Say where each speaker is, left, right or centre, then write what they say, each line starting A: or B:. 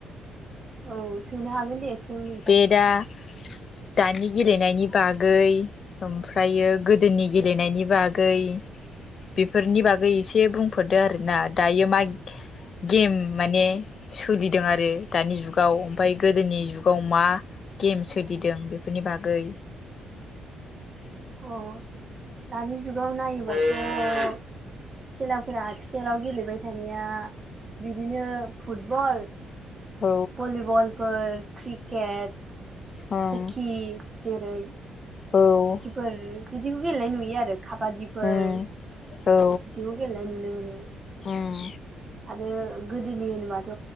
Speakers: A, on the right; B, on the left.
A: औ सोंनो हागोन दे सों नोंथां।
B: बे <inaudible> दानि गेलेनायनि बागै ओमफ्रायो गोदोनि गेलेनायनि बागै बेफोरनि बागै एसे बुंफोरदो आरोना दायो मा गेम माने सोलिदों आरो दानि जुगाव ओमफ्राय गोदोनि जुग गाव मा गेम सोलिदों बेफोरनि बागै।
A: अ दानि जुगाव नायोबाथ'
B: औ
A: खेलाफोरा आथिखालाव गेलेबाय थानाया बिदिनो फुटबल
B: औ
A: भलिबल फोर क्रिकेट
B: ओं
A: हकि जेरै
B: औ
A: फोर बिदिखौ गेलेनाय नुयो आरो। खाबादिफोर
B: उम
A: बिदिखौ
B: औ
A: गेलेनाय नुनो मोनो।
B: उम
A: आरो गोदोनि होनोबाथ'